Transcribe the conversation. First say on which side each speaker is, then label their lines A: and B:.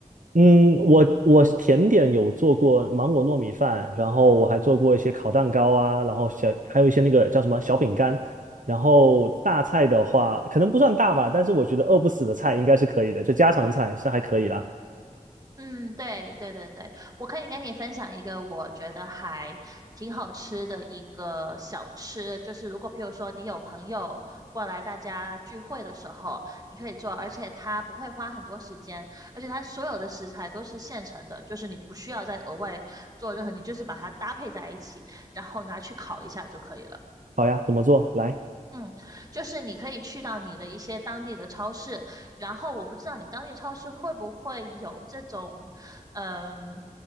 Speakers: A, on the right (about 70°); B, on the right (about 25°).
A: 嗯，我我甜点有做过芒果糯米饭，然后我还做过一些烤蛋糕啊，然后小还有一些那个叫什么小饼干。然后大菜的话，可能不算大吧，但是我觉得饿不死的菜应该是可以的，就家常菜是还可以的。
B: 嗯，对对对对，我可以跟你分享一个我觉得还挺好吃的一个小吃，就是如果譬如说你有朋友过来，大家聚会的时候，你可以做，而且它不会花很多时间，而且它所有的食材都是现成的，就是你不需要再额外做任何，你就是把它搭配在一起，然后拿去烤一下就可以了。
A: 好呀，怎么做？来，
B: 嗯，就是你可以去到你的一些当地的超市，然后我不知道你当地超市会不会有这种，嗯，